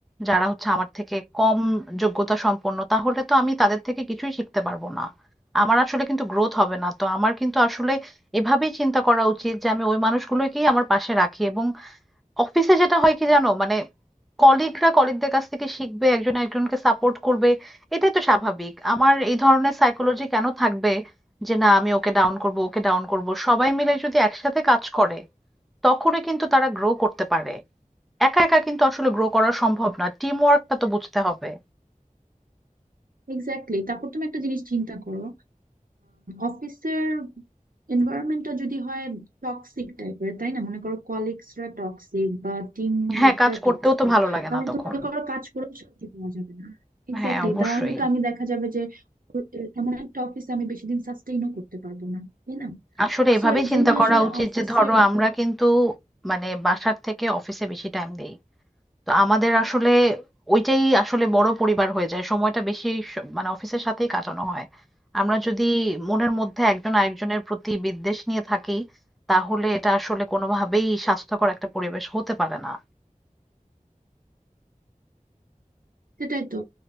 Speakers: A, in the centre; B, on the right (about 85°).
A: যারা হচ্ছে আমার থেকে কম যোগ্যতা সম্পন্ন তাহলে তো আমি তাদের থেকে কিছুই শিখতে পারবো না আমার আসলে কিন্তু গ্রোথ হবে না তো আমার কিন্তু আসলে এভাবেই চিন্তা করা উচিত যে আমি ওই মানুষগুলোকেই আমার পাশে রাখি এবং অফিসে যেটা হয় কি জানো মানে কলিগরা কলিগদের কাছ থেকে শিখবে একজন একজনকে সাপোর্ট করবে এটাই তো স্বাভাবিক আমার এই ধরনের সাইকোলজি কেন থাকবে যে না আমি ওকে ডাউন করব ওকে ডাউন করব সবাই মিলে যদি একসাথে কাজ করে তখনই কিন্তু তারা গ্রো করতে পারে একা একা কিন্তু আসলে গ্রো করা সম্ভব না টিম ওয়ার্কটা তো বুঝতে হবে
B: এক্স্যাক্টলি তারপর তুমি একটা জিনিস চিন্তা করো অফিসের এনভায়রনমেন্টটা যদি হয় টক্সিক টাইপের তাই না মনে করো কলিগসরা টক্সিক বা টিমমেটরা
A: হ্যাঁ কাজ করতেও
B: টক্সিক
A: তো ভালো লাগে
B: তাহলে
A: না তখন
B: তো মনে করো কাজ করেও শান্তি পাওয়া যাবে না এক্স্যাক্টলি
A: হ্যাঁ অবশ্যই
B: তাহলে তো আমি দেখা যাবে যে ও- এ- এমন একটা অফিসে আমি বেশি দিন সাস্টেইনও করতে পারবো না তাই না
A: আসলে এভাবেই
B: সো এর
A: চিন্তা
B: জন্য
A: করা
B: আসলে
A: উচিত
B: অফিসের
A: যে ধরো আমরা কিন্তু মানে বাসার থেকে অফিসে বেশি টাইম দেই তো আমাদের আসলে ওইটাই আসলে বড় পরিবার হয়ে যায় সময়টা বেশি স- মানে অফিসের সাথেই কাটানো হয় আমরা যদি মনের মধ্যে একজন আরেকজনের প্রতি বিদ্বেষ নিয়ে থাকি তাহলে এটা আসলে কোনোভাবেই স্বাস্থ্যকর একটা পরিবেশ হতে পারে না
B: সেটাই তো